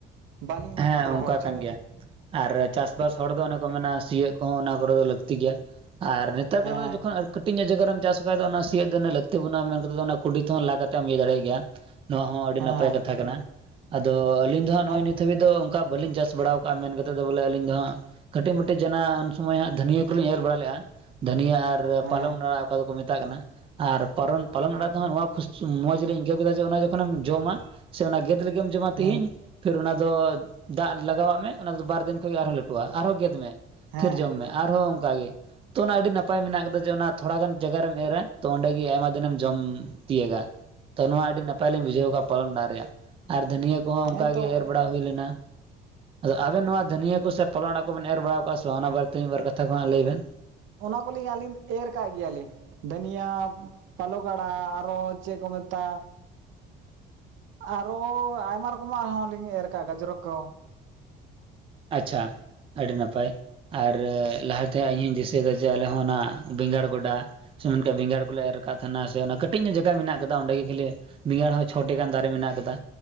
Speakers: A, on the right (about 80°); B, on the right (about 30°).
A: ᱵᱟᱞᱤᱧ
B: ᱦᱮᱸ
A: ᱨᱚᱦᱚᱲ
B: ᱚᱱᱠᱟ
A: ᱦᱚᱪᱚᱼ
B: ᱠᱟᱱ ᱜᱮᱭᱟ ᱟᱨ ᱪᱟᱥᱵᱟᱥ ᱦᱚᱲ ᱫᱚ ᱚᱱᱮ ᱠᱚ ᱢᱮᱱᱟ ᱥᱤᱭᱳᱜ ᱠᱚᱦᱚ ᱚᱱᱟ ᱠᱚᱨᱮ ᱠᱚ ᱞᱟᱹᱠᱛᱤ ᱜᱮᱭᱟ, ᱟᱨ ᱱᱤᱛ ᱼ ᱱᱮᱛᱟᱨ ᱠᱟᱛᱮ
A: ᱦᱮᱸ
B: ᱫᱚ ᱡᱚᱠᱷᱚᱱ ᱠᱟᱹᱴᱤᱡᱚᱜ ᱡᱟᱜᱟᱨᱮᱢ ᱪᱟᱥ ᱟᱠᱟ ᱠᱷᱡ ᱫᱚ ᱚᱱᱟ ᱥᱤᱭᱳᱜ ᱫᱚ ᱩᱱᱟᱹ ᱞᱟᱹᱠᱛᱤ ᱵᱟᱹᱱᱩᱜᱼᱟ, ᱢᱮᱱ ᱠᱟᱛᱷᱟ ᱚᱱᱟ ᱼ ᱠᱩᱰᱤ ᱛᱮᱦᱚᱸ ᱞᱟ ᱠᱟᱛᱮ ᱮᱢ ᱤᱭᱟᱹ ᱫᱟᱲᱮᱭᱟᱜ ᱜᱮᱭᱟ ᱱᱚᱶᱟ ᱦᱚᱸ ᱟᱹᱰᱤ ᱱᱟᱯᱟᱭ
A: ᱦᱮᱸ
B: ᱠᱟᱛᱷᱟ ᱠᱟᱱᱟ ᱟᱫᱚ ᱟᱞᱤᱧ ᱫᱚ ᱦᱟᱸᱜ ᱱᱚᱜᱚᱭ
A: ᱦᱮᱸ
B: ᱱᱤᱛᱼ ᱱᱤᱛ ᱫᱷᱟᱹᱵᱤᱡ ᱫᱚ ᱚᱱᱠᱟ ᱵᱟᱹᱞᱤᱧ ᱪᱟᱥ ᱵᱟᱲᱟᱣ ᱠᱟᱜᱼᱟ ᱢᱮᱱ ᱠᱟᱛᱮᱫ ᱫᱚ ᱵᱚᱞᱮ ᱟᱹᱞᱤᱧ ᱫᱚ ᱦᱟᱸᱜ ᱠᱟᱹᱴᱤᱡ ᱢᱟᱹᱴᱤᱡ ᱡᱮ ᱚᱱᱟ ᱩᱱ ᱥᱚᱢᱚᱭ ᱦᱟᱸᱜ ᱫᱷᱟᱹᱱᱤᱭᱟᱹ ᱠᱚᱞᱤᱧ ᱮᱞ ᱵᱟᱲᱟ ᱞᱮᱜᱼᱟ᱾ ᱫᱷᱟᱱᱤᱭᱟᱹ ᱼ ᱟᱨ
A: ᱦᱮᱸ
B: ᱯᱟᱞᱚᱱ ᱟᱲᱟᱜ ᱚᱠᱟ ᱫᱚᱠᱚ ᱢᱮᱛᱟᱜ ᱠᱟᱱᱟ ᱟᱨ ᱯᱟᱨᱚᱱ ᱯᱟᱞᱚᱱ ᱟᱲᱟᱜ ᱱᱚᱶᱟ ᱠᱷᱩᱥ ᱱᱚᱣᱟ ᱡᱮᱞᱤᱧ ᱟᱹᱭᱠᱟᱹᱣ ᱠᱮᱫᱟ ᱚᱱᱟ ᱡᱚᱠᱷᱚᱱᱮᱢ ᱡᱚᱢᱟ ᱥᱮ ᱚᱱᱟ ᱜᱮᱫᱽ ᱞᱟᱜᱤᱫ ᱮᱢ ᱡᱚᱢᱟ ᱛᱤᱦᱤᱧ
A: ᱦᱮᱸ
B: ᱯᱷᱤᱨ ᱚᱱᱟ ᱛᱚᱡ ᱫᱟᱜ ᱞᱟᱜᱟᱣᱟᱜ ᱢᱮ ᱚᱱᱟ ᱫᱚ ᱵᱟᱨ ᱫᱤᱱ ᱠᱷᱚᱱ ᱟᱨᱦᱚᱸ ᱞᱟᱹᱴᱩᱜ-ᱟ ᱟᱨᱦᱚᱸ ᱜᱮᱫᱽ ᱢᱮ
A: ᱦᱮᱸ
B: ᱛᱷᱤᱨ ᱡᱚᱢ
A: ᱦᱮᱸ
B: ᱢᱮ᱾ ᱟᱨ ᱦᱚᱸ ᱚᱝᱠᱟ ᱜᱮ ᱛᱚ ᱚᱱᱟ ᱟᱹᱰᱤ ᱱᱟᱯᱟᱭ ᱢᱮᱱᱟᱜ ᱠᱟᱫᱟ ᱡᱮ ᱚᱱᱟ ᱛᱷᱚᱲᱟ ᱜᱟᱱ ᱡᱟᱜᱟᱨᱮᱢ ᱮᱨᱟ ᱛᱚ ᱚᱸᱰᱮ ᱜᱮ ᱟᱭᱢᱟ ᱫᱤᱱᱮᱢ ᱡᱚᱢ ᱛᱤᱭᱟᱹᱜᱟ ᱛᱚ ᱱᱚᱣᱟ ᱟᱹᱰᱤ ᱱᱟᱯᱟᱭ ᱞᱤᱧ ᱵᱩᱡᱷᱟᱹᱣ ᱠᱟ ᱯᱟᱨᱚᱢ ᱱᱟ ᱨᱮᱭᱟᱜ ᱟᱨ ᱫᱩᱱᱭᱟᱹ ᱠᱚᱦᱚᱸ
A: ᱦᱮᱸ
B: ᱚᱝᱠᱟ
A: ᱦᱮᱸᱛᱚ
B: ᱜᱮ ᱮᱨ ᱟ ᱦᱩᱭ ᱞᱮᱱᱟ᱾ ᱟᱫᱚ ᱟᱵᱮᱱ ᱱᱚᱣᱟ ᱫᱷᱩᱱᱤᱭᱟᱹ ᱠᱚ ᱥᱮ ᱯᱟᱞᱚᱱ ᱟᱲᱟᱜ ᱠᱚᱵᱮᱱ ᱮᱨ ᱵᱟᱲᱟᱣ ᱠᱟᱜ-ᱟ ᱥᱮ ᱵᱟᱝ ᱚᱱᱟ ᱵᱟᱨᱮᱛᱮ ᱢᱤᱫ ᱵᱟᱨ ᱠᱟᱛᱷᱟ ᱠᱚ ᱦᱟᱸᱜ ᱞᱟᱹᱭ ᱵᱮᱱ
A: ᱚᱱᱟ ᱠᱚᱞᱤᱧ ᱟᱹᱞᱤᱧ ᱮᱨ ᱠᱟᱜ ᱜᱮᱭᱟᱞᱤᱧ᱾ ᱫᱷᱟ. ᱭᱟ. ᱯᱟᱞᱚᱠ ᱟᱲᱟᱜ, ᱟᱨᱚ ᱪᱮᱫ ᱠᱚ ᱢᱮᱛᱟ? ᱟᱨᱚ ᱟᱭᱢᱟ ᱨᱚᱠᱚᱢᱟᱜ ᱦᱚᱸ ᱞᱤᱧ ᱮᱨ ᱠᱟᱜ-ᱟ ᱜᱟᱡᱽᱨᱚᱠ ᱠᱚ
B: ᱟᱪᱪᱷᱟ ᱟᱹᱰᱤ ᱱᱟᱯᱟᱭ᱾ ᱟᱨ ᱞᱟᱦᱟᱛᱮ ᱤᱧᱤᱧ ᱫᱤᱥᱟᱹᱭ ᱫᱟ ᱡᱮ ᱟᱞᱮ ᱦᱚᱸ ᱚᱱᱟ ᱵᱮᱸᱜᱟᱲ ᱜᱚᱰᱟ ᱥᱮ ᱢᱮᱱᱠᱟ ᱵᱮᱸᱜᱟᱲ ᱠᱚᱞᱮ ᱮᱨ ᱠᱟᱜ ᱛᱟᱦᱮᱱᱟ ᱥᱮ ᱚᱱᱟ ᱠᱟᱹᱴᱤᱡ ᱧᱚᱜ ᱡᱟᱭᱜᱟ ᱢᱮᱱᱟᱜ ᱠᱟᱫᱟ ᱚᱸᱰᱮ ᱜᱮ ᱠᱷᱟᱹᱞᱤ ᱵᱮᱸᱜᱟᱲ ᱦᱚᱸ ᱪᱷᱚ ᱴᱮᱜ ᱜᱟᱱ ᱫᱟᱨᱮ ᱢᱮᱱᱟᱜ ᱠᱟᱫᱟ᱾